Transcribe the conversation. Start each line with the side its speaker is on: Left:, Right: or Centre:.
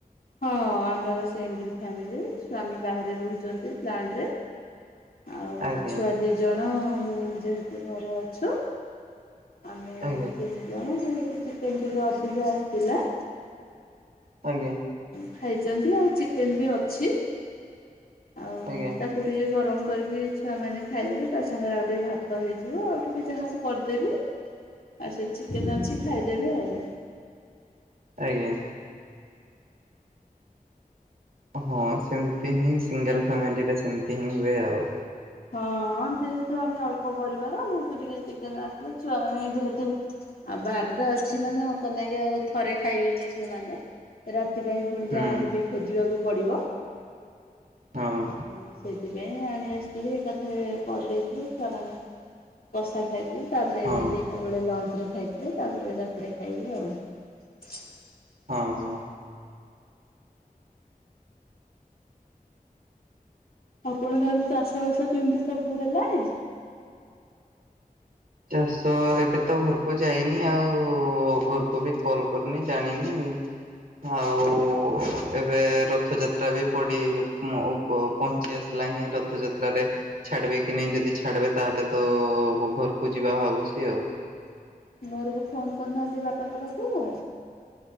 Left: ହଁ ଆମର ସିଙ୍ଗଲ ଫାମିଲ ସ୍ଵାମୀ ବାହାରେ ରହୁଛନ୍ତି, ପ୍ଲାଣ୍ଟରେ। ଆଉ
Right: ଆଜ୍ଞା।
Left: ଛୁଆ ଦି ଜଣ ମୁଁ ଯେହେତୁ ଘରେ ଅଛୁ। ଆମେ
Right: ଆଜ୍ଞା
Left: ତିନଜଣ ଯେହେତୁ ଚିକେନ୍‌ ଟିକେ ଅଧିକା ଆସଥିଲା।
Right: ଆଜ୍ଞା।
Left: ଖାଇଛନ୍ତି ଆଉ ଚିକେନ୍‌ ବି ଅଛି। ଆଉ
Right: ଆଜ୍ଞା
Left: ତାକୁ ଟିକେ ଗରମ କରିକି ଛୁଆ ମାନେ ଖାଇଦେବେ ତା ସାଙ୍ଗରେ ଆଉ ଟିକେ ଭାତ ହେଇଯିବ ଆଉ ଟିକେ ଯାହା କରିଦେବି।
Right: ହ
Left: ଆଉ ସେ ଚିକେନ୍ ଅଛି ଖାଇଦେବେ ଆଉ।
Right: ଆଜ୍ଞା। ହଁ ସେମତି ହିଁ ସିଙ୍ଗେଲ୍‌ ଫ୍ୟାମିଲିରେ ସେମତି ହିଁ ହୁଏ ଆଉ।
Left: ହଁ ଯେହେତୁ ଆମେ ଅଳ୍ପ ପରିବାର ବହୁତୁ ଟିକେ ଚିକେନ୍‌ ଆସିଥିଲା ଛୁଆ ମାନେ ଯେହେତୁ ଆଉ ବାରଟା ଅଛି ମାନେ ହ ନାଇଁ ଆଉ ଥରେ ଖାଇବେନି ସେମାନେ ରା ତି ପାଇଁ ପୁଣି
Right: ହୁଁ
Left: ଯାହାଲେ ବି ଖୋଜିବାକୁ ପଡିବ।
Right: ହଁ
Left: ଆଉ ସେଥିପାଇଁ ଆଣି ଆସି ଏକାଥରେ କରି ଦେଇଥିଲି ଛୁଆମାନେ କଷା ଖାଇବେ ତାପରେ
Right: ହଁ
Left: ଦିଟା ବେଳେ ଲଞ୍ଚ ରେ ଖାଇଥିଲେ, ତାପରେ ରାତିରେ ଖାଇବେ ଆଉ।
Right: ହଁ ହଁ।
Left: ଆପଣଙ୍କ ଆଡେ ଚାଷ ବାସ କେମତି ସବୁ ହେଲାଣି?
Right: ଚାଷ ଏବେ ତ ଘର କୁ। ଯାଇନି ଆଉ ଘରକୁ ବି କଲ୍ ‌କରିନି ଜାଣିନି ଏମତି ଆଉ ଏବେ ରଥଯାତ୍ରା ବି ପଡି ପ ପହଞ୍ଚି ଆସିଲା ଣି ନାହିଁ ରଥଯାତ୍ରରେ ଛାଡିବେ କି ନାଇଁ ଯଦି ଛାଡିବେ ତାହେଲେ ତ ଘରକୁ ଯିବା ଭାବୁଛି ଆଉ।
Left: ଘରକୁ ଫୋନ କରି ନାହାଁନ୍ତି ବାପାଙ୍କ ପାଖକୁ?